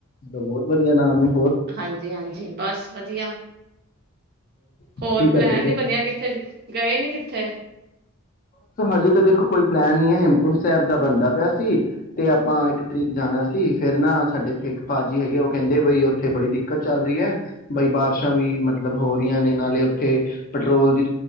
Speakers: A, on the left (about 40°); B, on the right (about 45°).
A: ਬਹੁਤ ਵਧੀਆ ਨਾਮ ਏ
B: ਹਾਂਜੀ ਹਾਂਜੀ ਬਸ ਵਧੀਆ
A: ਕੀ
B: ਹੋਰ
A: ਕਰਦੇ
B: ਪਲੈਣ
A: ਪਏ
B: ਨਹੀਂ ਬਣਿਆ ਕਿੱਥੇ ਗਏ ਨਹੀਂ ਕਿੱਥੇ
A: ਹਜੇ ਤੇ ਦੇਖੋ ਕੋਈ ਪਲੇਨ ਨਹੀਂ ਹੇਮਕੁੰਟ ਸਾਹਿਬ ਦਾ ਬਣਦਾ ਪਿਆ ਸੀ ਤੇ ਆਪਾਂ ਇੱਕ ਤਰੀਕ ਜਾਣਾ ਸੀ ਫਿਰ ਨਾ ਸਾਡੇ ਇੱਥੇ ਇੱਕ ਪਾਜੀ ਹੈਗੇ ਉਹ ਕਹਿੰਦੇ ਬਈ ਉੱਥੇ ਬੜੀ ਦਿੱਕਤ ਚੱਲ ਰਹੀ ਹੈ ਬਈ ਬਾਰਿਸ਼ਾਂ ਵੀ ਮਤਲਬ ਹੋ ਰਹੀਆਂ ਨੇ ਨਾਲੇ ਉੱਥੇ ਪੈਟਰੋਲ ਦੀ